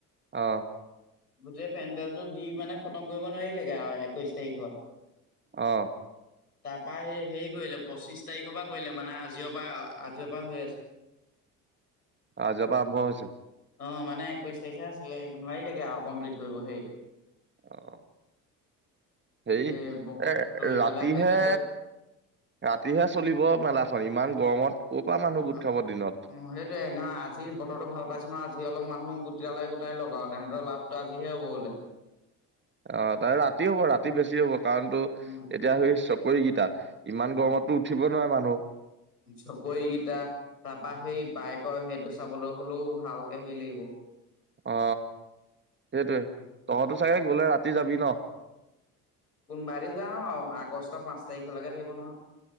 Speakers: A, on the right; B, on the left.
A: অহ
B: গোটেই পেণ্ডেলটো দি মানে খতম কৰিব নোৱাৰিলেগে আৰু একৈশ তাৰিখত
A: অহ
B: তাৰপা সেই হেৰি কৰিলে পঁচিশ তাৰিখৰ পৰা কৰিলে মানে আ জি পা আজি পা হৈ আছে
A: অহ যাবা আৰম্ভ হৈছে
B: অ মানে একৈছ তাৰিখে আছিলে নোৱাৰিলেগে আও কমপ্লিট কৰিব সেই
A: অ সেই এ
B: এই দৌৰি
A: ৰাতিহে
B: পেলাই পেণ্ডেলটো
A: ৰাতিহে চলিব মেলাখন ইমান গৰমত ক'ৰ পৰা মানুহ গোট
B: অ
A: খাব দিনত
B: সেইটোয়ে নহয় আজি বতৰতো ভাল পাইছো ন আজি আজি অলপ মানুহ গোটালে গোটাই লগাওতে তেহেঁতৰ লাভটো আজিহে হ'ব হলে
A: অ তাৰ ৰাতি হ'ব ৰাতি বেছি হব কাৰণ তো এতিয়া
B: উম,
A: সেই চ কৰি কেইটাত ইমান গৰমততো উঠিব নোৱাৰে মানুহ
B: চকৰিকেইটা তাৰপা সেই বাইকৰ সেইটো চাবলৈ হ'লেও ভালকে হেৰি লাগিব
A: অ সেইটোৱে তহঁতো চাগে গলে ৰাতি যাবি ন
B: কোনোবা এদিন যাম আও আগষ্টৰ পাঁচ তাৰিখলৈকে থাকিব নহয়